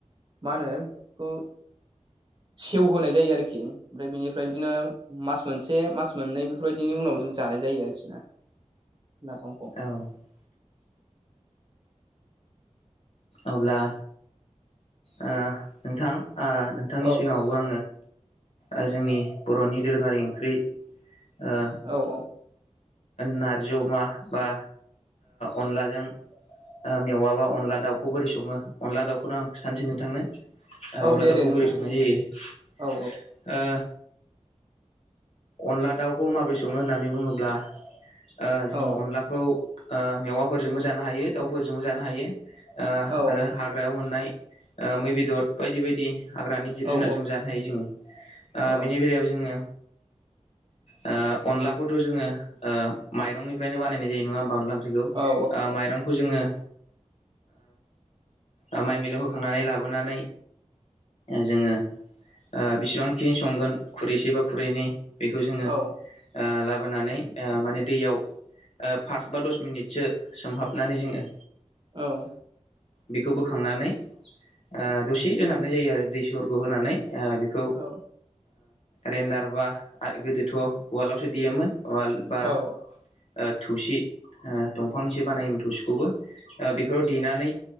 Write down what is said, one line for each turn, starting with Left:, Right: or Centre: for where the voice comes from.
Right: मा होनो बेखौ सेव होनाय जायो आरोखि ओमफ्राय बेनिफ्राय बिदिनो मास मोनसे मास मोननै बेफोरबायदिनि उनाव जों जानाय जायो आरोखि ना। नाफंखौ।
Left: औ अब्ला ओ नोंथां ओ नोंथांनि
Right: औ
Left: सिगाङाव बेबो आङो जोंनि बर'नि दोरोङारि ओंख्रि ओ
Right: औ औ।
Left: नार्जि अमा बा अनलाजों। मेवाबा अनला दाउखौ बोरै सङो अनला दाउखौनो आं खिथानोसै नोंथांनो। अनाला
Right: औ दे
Left: दाव
Right: दे
Left: खौ
Right: नोंथां
Left: बोरै संनाय
Right: गोजोननाय
Left: जायो
Right: थाबाय।
Left: ओ।
Right: औ
Left: अनला दाउखौ माबोरै सङो होननानै बुङोब्ला ओ जोङो
Right: औ
Left: अनला। खौ मेवाफोरजोंबो जानो हायो दाउफोरजोंबो जानो हायो
Right: औ
Left: आरो। हाग्रायाव मोननाय मै बेदर बायदि बायदि। हाग्रानि जिब
Right: औ
Left: जुनार जों जानो हायो जोङो ओ
Right: औ
Left: बिनि बेलायाव जोङो। ओ अनलाखौथ' जोङो ओ माइरंनिफ्रायनो बानायनाय जायो नङा होमबा अनलां। मिथिगै
Right: औ
Left: माइरंखौ जोङो। ओ माइ मिलौ होखांनानै लाबोनानै। जोङो ओ बिसिबांखिनि संगोन खुरैसे बा खुरैनै। बेखौ जोङो
Right: औ
Left: ओ लाबोनानै ओ माने दैयाव। ओ पास बा दस मिनिटसो सोमहाबनानै जोङोओ
Right: औ
Left: बेखौ बोखांनानै ओ दसे दोनहाबनाय जायो आरो दै सरखौ होनानै ओ। खौ ओ
Right: औ
Left: रेन्डार बा गोदोथ' ववालावसो देयोमोन वाल। बा
Right: औ
Left: ओ थौसि ओ दंफांनिसो बानायोमोन थौसिखौबो। ओ बेफोराव देनानै